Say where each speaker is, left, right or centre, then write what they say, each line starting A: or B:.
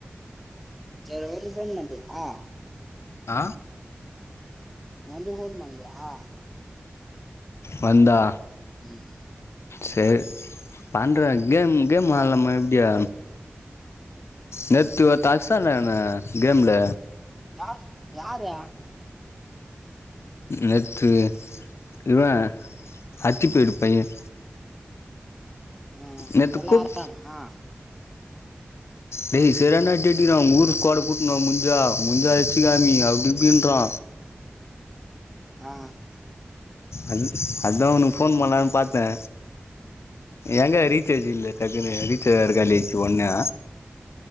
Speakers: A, in the centre; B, on the left.
A: சரி வந்து பண்ண மாட்டியா
B: ஆ
A: <unintelligible>
B: வந்தா
A: ம்
B: சேரு பண்றேன் கேம் கேமு ஆட்லாம எப்டியா நேத்து
A: ம்
B: ஒருத்த அட்சான்ங்க கேம்ல
A: யா யார
B: நேத்து இவன் அச்சிப்படு பையேன்
A: ஆ
B: நேத்து
A: நல்லா
B: கூப்
A: ஆற்றானா
B: டேய் செரான அடி அடிக்கிறான் ஊரு ஸ்குவாடு கூட்னுவா முஞ்சா முஞ்சா எச்சிகாமி அப்டிஇப்டின்றா
A: ஆ
B: அத் அதா உன்க்கு ஃபோன் பண்ணலானு பாத்த எங்க ரீசார்ஜ் இல்ல டக்குன்னு ரீச்சார்ஜ் இரு காலியாச்சு ஒண்ண